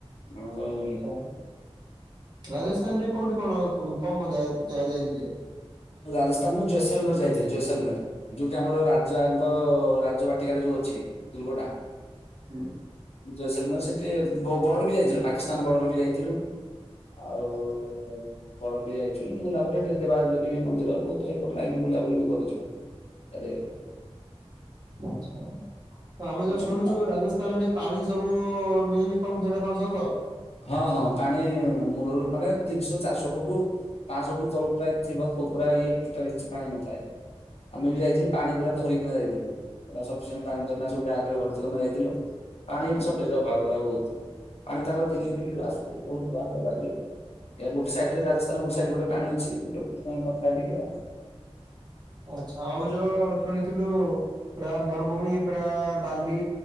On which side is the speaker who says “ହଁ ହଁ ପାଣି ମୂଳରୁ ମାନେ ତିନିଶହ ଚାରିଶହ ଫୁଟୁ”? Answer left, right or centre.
Left